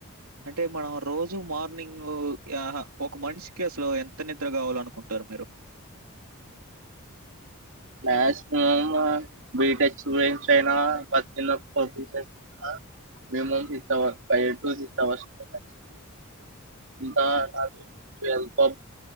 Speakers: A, on the right; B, on the right.
A: అంటే మనం రోజు మార్నింగ్ ఒక మనిషికి అసలు ఎంత నిద్ర కావాల అనుకుంటారు మీరు
B: మాక్సిమం బీటెక్ స్టూడెంట్స్ అయినా <unintelligible> minimum six hours five to six hours <unintelligible>